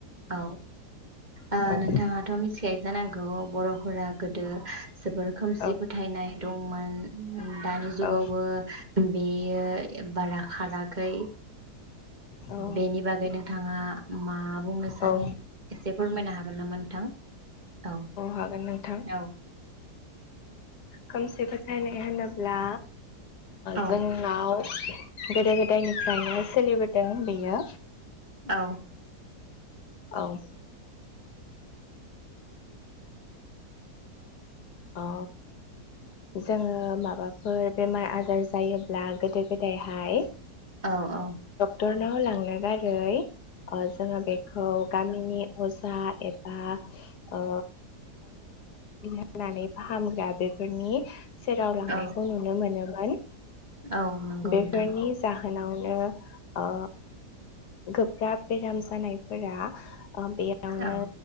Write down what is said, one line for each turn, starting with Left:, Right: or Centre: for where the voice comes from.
Right: औ ओ
Left: औ
Right: नोंथाङाथ मि थि खायजानांगौ बरफोरा गोदो जोबोर खोमसि
Left: औ
Right: फोथायनाय दंमोन। दानि जुगावबो
Left: औ
Right: बेयो बारा खाराखै
Left: औ
Right: बेनि बागै नोंथाङा मा। सानो
Left: औ
Right: एसे फोरमायनो हागोन नामा नोंथां औ
Left: हागोन नोंथां
Right: औ
Left: खोमसि फोथायनाय होनोब्ला
Right: औ
Left: जोंनाव ओ गोदो गोदायनि सोलिबोदों बियो
Right: औ।
Left: औ। ओ जोङो माबाफोर बेमार आजार जायोब्ला गोदो गोदायहाय
Right: औ औ।
Left: रनो लांनो गारै अ जोंङा बेखौ गानो नि अजा एबा ओ फनानै फाहामग्रा बेफोरनि सेराव लांनायखौ
Right: औ
Left: नुनो मोनो मोन
Right: औ नंगौ
Left: बेफोरनि
Right: नोंथां
Left: जाहोनाव ओ गोब्राब बेराम जानायफोरा बेयावनो
Right: औ